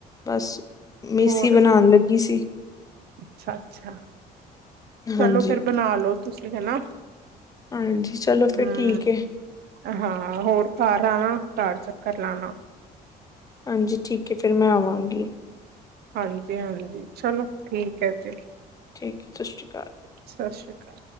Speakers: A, on the left; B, on the right.
A: ਬਸ। ਮਿਸ
B: ਹੋਰ
A: ਹੀ ਬਣਾਣ ਲੱਗੀ ਸੀ।
B: ਅੱਛਾ-ਅੱਛਾ
A: ਹਾਂਜੀ
B: ਚਲੋ ਫੇਰ ਬਣਾ ਲੋ ਤੁਸੀਂ ਹਨਾ।
A: ਹਾਂਜੀ ਚਲੋ ਫਿਰ
B: ਹੂੰ
A: ਠੀਕ ਏ।
B: ਹਾਂ ਹੋਰ ਘੱਰ ਆਣਾ ਘੱਰ ਚੱਕਰ ਲਾਣਾ।
A: ਹਾਂਜੀ ਠੀਕ ਹੈ ਫਿਰ ਮੈਂ ਆਵਾਂਗੀ।
B: ਹਾਂਜੀ-ਹਾਂਜੀ, ਚੱਲੋ ਠੀਕ ਹੈ ਫੇਰ।
A: ਠੀਕ ਏ ਸਤਿ ਸ਼੍ਰੀ ਅਕਾਲ।
B: ਸਤਿ ਸ਼੍ਰੀ ਅਕਾਲ।